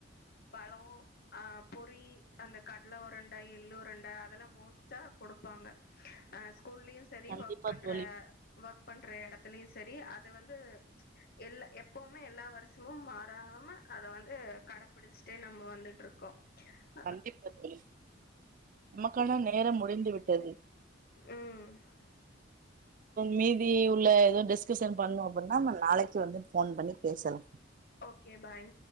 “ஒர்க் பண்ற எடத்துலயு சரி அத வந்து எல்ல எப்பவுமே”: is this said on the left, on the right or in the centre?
Left